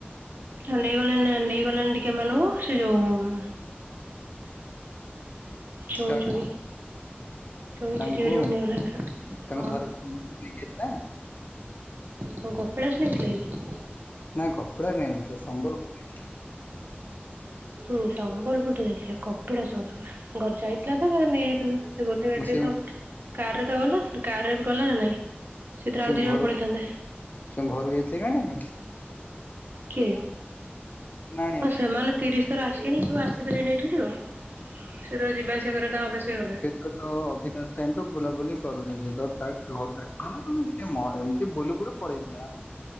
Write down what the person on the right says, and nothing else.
ହଁ ନେଇଗଲେନି ନା ନେଇଗଲେନି ଟିକେ ଏମାନଙ୍କୁ ସେ ଯୋଉ ଉମ୍ ଚୁଇଁ
ଚୁଇଁ ଚୁଇଁ
ଚୁତି ହେରିକାଙ୍କୁ ନେଇଗଲେଣି
ହଁ
କଣ କପିଳାସ ନେଇଥିଲା କି?
ହୁଁ ସମ୍ବଲପୁର ତ ଯାଇଥିଲେ କପିଳାସ କଥା ଗ ଯାଇଥିଲା ତ କାଳେ ନେଇଯାଇ ଥିଲା ସେ ଗୋଟେ ଗାଡିରେ
ତ କାରରେ ତ ଗଲା କାରରେ ବି ଗଲା ନା ନାଇଁ? ସେଥିରେ
ଆଉ ଦି
ଜଣ ପଳେଇ ଥାଆନ୍ତେ।
କିଏ
ହଁ
ସେମାନେ ତିରିଶ୍ ଥର ଆସିଲେଣିି ସବୁ ଆସିପାରିବେନି ଏଠିକୁ ସେତ ଯିବା ଆସିବା କରିବା ତାଙ୍କ ଅଭ୍ୟାସ ହେଇଗଲା